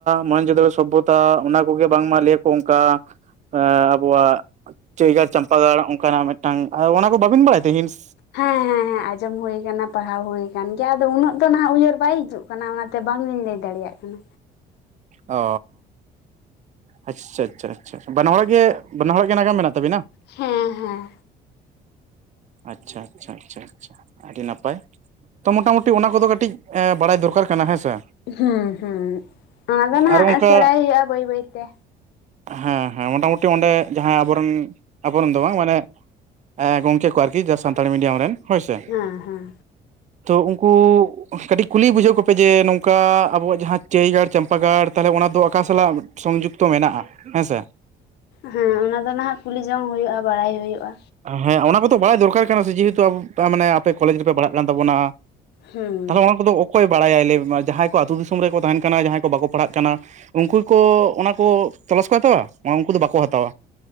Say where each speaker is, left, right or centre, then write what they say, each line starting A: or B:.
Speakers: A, on the right; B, on the left.
A: ᱢᱚᱦᱮᱱᱡᱚ ᱫᱟᱲᱚ ᱥᱚᱵᱷᱚᱛᱟ ᱚᱱᱟ ᱠᱚᱜᱮ ᱵᱟᱝᱢᱟ ᱞᱟᱹᱭᱟ ᱠᱚ ᱚᱱᱠᱟ ᱮ ᱟᱵᱚᱣᱟᱜ ᱪᱟᱹᱭ ᱜᱟᱲ ᱪᱟᱢᱯᱟ ᱜᱟᱲ ᱚᱱᱠᱟᱱᱟᱜ ᱢᱤᱫᱴᱟᱝ ᱚᱱᱟ ᱠᱚ ᱵᱟᱹᱵᱤᱱ ᱵᱟᱲᱟᱭ ᱛᱮ ᱦᱤᱱᱥ᱾
B: ᱦᱮᱸ ᱦᱮᱸ ᱦᱮᱸ ᱟᱸᱡᱚᱢ ᱦᱩ ᱟᱠᱟᱱᱟ, ᱯᱟᱲᱦᱟᱣ ᱦᱩ ᱟᱠᱟᱱ ᱜᱮᱭᱟ ᱟᱫᱚ ᱩᱱᱟᱹᱜ ᱫᱚ ᱱᱟᱦᱟᱜ ᱩᱭᱦᱟᱹᱨ ᱵᱟᱭ ᱦᱤᱡᱩᱜ ᱠᱟᱱᱟ ᱚᱱᱟᱛᱮ᱾ ᱵᱟᱝᱤᱧ ᱞᱟᱹᱭ ᱫᱟᱲᱮᱭᱟᱜ ᱠᱟᱱᱟ᱾
A: ᱚ᱾ ᱟᱪᱪᱷᱟ ᱟᱪᱪᱷᱟ ᱟᱪᱪᱷᱟ᱾ ᱵᱟᱱᱟᱦᱚᱲᱟᱜ ᱜᱮ ᱵᱟᱱᱟᱦᱚᱲ ᱜᱮ ᱱᱟᱜᱟᱢ ᱢᱮᱱᱟᱜ ᱛᱟᱵᱤᱱᱟ?
B: ᱦᱮᱸ ᱦᱮᱸ᱾
A: ᱟᱪᱪᱷᱟ ᱟᱪᱪᱷᱟ ᱟᱪᱪᱷᱟ᱾ ᱟᱪᱪᱷᱟ ᱟᱹᱰᱤ ᱱᱟᱯᱟᱭ, ᱛᱚ ᱢᱚᱴᱟᱢᱩᱴᱤ ᱚᱱᱟ ᱠᱚᱫᱚ ᱠᱟᱹᱴᱤᱡ ᱵᱟᱲᱟᱭ ᱫᱚᱨᱠᱟᱨ ᱠᱟᱱᱟ ᱦᱮᱸᱥᱮ᱾
B: ᱦᱩᱸ ᱦᱩᱸ᱾ ᱚᱱᱟ ᱫᱚ ᱱᱟᱦᱟᱜ
A: ᱟᱨ ᱚᱱᱠᱟ
B: ᱥᱮᱬᱟᱭ ᱦᱩᱭᱩᱜᱼᱟ ᱵᱟᱹᱭ ᱵᱟᱹᱭ ᱛᱮ᱾
A: ᱦᱮᱸ ᱦᱮᱸ ᱢᱚᱴᱟᱢᱩᱴᱤ ᱚᱸᱰᱮ ᱡᱟᱦᱟᱸᱭ ᱟᱵᱚᱨᱮᱱ ᱟᱵᱚᱨᱮᱱ ᱫᱚ ᱵᱟᱝ ᱢᱟᱱᱮ ᱜᱚᱝᱠᱮ ᱠᱚ ᱟᱨᱠᱤ ᱡᱟᱦᱟᱸ ᱥᱟᱱᱛᱟᱲ ᱢᱤᱰᱤᱭᱟᱢ ᱨᱮᱱ ᱦᱳᱭᱥᱮ,
B: ᱦᱮᱸ ᱦᱮᱸ
A: ᱛᱚ ᱩᱱᱠᱩ ᱠᱟᱹᱴᱤᱡ ᱠᱩᱞᱤ ᱵᱩᱡᱷᱟᱹᱣ ᱠᱚᱯᱮ ᱡᱮ ᱱᱚᱝᱠᱟ ᱟᱵᱚᱣᱟᱜ ᱡᱟᱦᱟᱸ ᱪᱟᱹᱭ ᱜᱟᱲ, ᱪᱟᱢᱯᱟ ᱜᱟᱲ, ᱛᱟᱦᱚᱞᱮ ᱚᱱᱟ ᱫᱚ ᱚᱠᱟ ᱥᱟᱞᱟᱜ ᱥᱚᱝᱡᱩᱠ ᱛᱚ ᱢᱮᱱᱟᱜᱼᱟ ᱦᱮᱸ ᱥᱮ᱾
B: ᱦᱮᱸ ᱚᱱᱟ ᱫᱚ ᱱᱟᱦᱟᱜ ᱠᱩᱞᱤ ᱡᱚᱝ ᱦᱩᱭᱩᱜᱼᱟ ᱵᱟᱲᱟᱭ ᱦᱩᱭᱩᱜᱼᱟ᱾
A: ᱦᱮᱸ ᱚᱱᱟ ᱠᱚᱫᱚ ᱵᱟᱲᱟᱭ ᱫᱚᱨᱠᱟᱨ ᱠᱟᱱᱟ ᱥᱮ ᱡᱮᱦᱮᱛᱩ ᱟᱵᱚ ᱢᱟᱱᱮ ᱟᱯᱮ ᱠᱚᱞᱮᱡᱽ ᱨᱮᱯᱮ ᱯᱟᱲᱦᱟᱜ ᱠᱟᱱ ᱛᱟᱵᱚᱱᱟ᱾
B: ᱦᱩᱸ
A: ᱛᱟᱦᱞᱮ ᱚᱱᱟ ᱠᱚᱫᱚ, ᱚᱠᱚᱭ ᱵᱟᱲᱟᱭᱟᱭ ᱞᱟᱹᱭ ᱢᱮ ᱢᱟ᱾ ᱡᱟᱦᱟᱸᱭ ᱠᱚ ᱟᱹᱛᱩ ᱫᱤᱥᱚᱢ ᱨᱮᱠᱚ ᱛᱟᱦᱮᱱ ᱠᱟᱱᱟ ᱡᱟᱦᱟᱸᱭ ᱠᱚ ᱵᱟᱠᱚ ᱯᱟᱲᱦᱟᱜ ᱠᱟᱱᱟ? ᱩᱱᱠᱩ ᱠᱚ ᱚᱱᱟᱠᱚ ᱛᱚᱞᱟᱥ ᱠᱚ ᱦᱟᱛᱟᱣᱟ? ᱩᱱᱠᱩ ᱫᱚ ᱵᱟᱠᱚ ᱦᱟᱛᱟᱣᱟ᱾